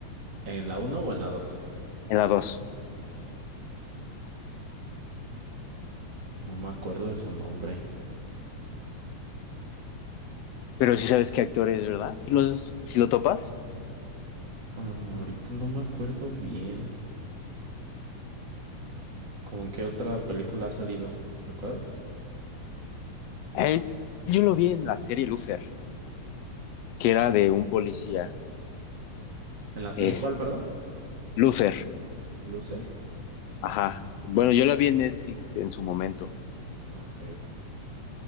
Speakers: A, on the right; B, on the left.
A: ¿En la uno o en la 2?
B: en la dos.
A: no me acuerdo de su nombre.
B: Pero sí sabes qué actor es, ¿verdad? Si lo, si lo topas.
A: Ah, ahorita no me acuerdo bien. ¿Cómo en qué otra película ha salido? ¿Recuerdas?
B: A él, yo lo vi en la serie Luther, que era de un policía.
A: ¿En la serie
B: Es
A: cuál, perdón?
B: Luther.
A: ¿Loser?
B: Ajá. Bueno, yo la vi en Netflix en su momento,
A: Ok.